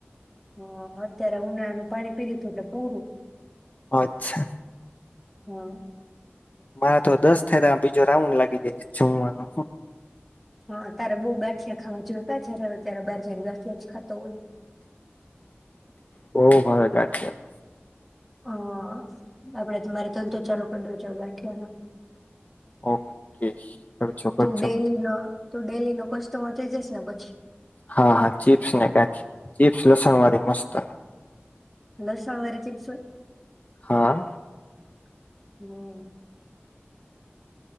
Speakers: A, in the centre; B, on the left.
A: હ અત્યારે ઉનાળાનું પાણી પી લીધું એટલે પૂરું.
B: અચ્છા.
A: હા.
B: મારા તો દસ થાય તો બીજો રાઉન્ડ લાગી ગઈ જમવાનો.
A: હા તારે બો ગાઠિયા ખાવા જોતા જ્યારે ત્યારે બાર જઈને ગાઠિયા જ ખાતો હોય.
B: બો ભાવે ગાંઠીયા.
A: હા આપડે તમારે ધંધો ચાલુ કરી દેવો જોઈએ ગાંઠિયાનો.
B: ઓકે <unintelligible>
A: તું ડેલી નો તું ડેલી નો કસ્ટમર થઈ જસ ને પછી.
B: હા હા ચીપ્સ ને ગાંઠિયા, ચીપ્સ લસણ વાળી મસ્ત.
A: લસણ વાળી ચિપ્સ હોય?
B: હા.
A: <unintelligible>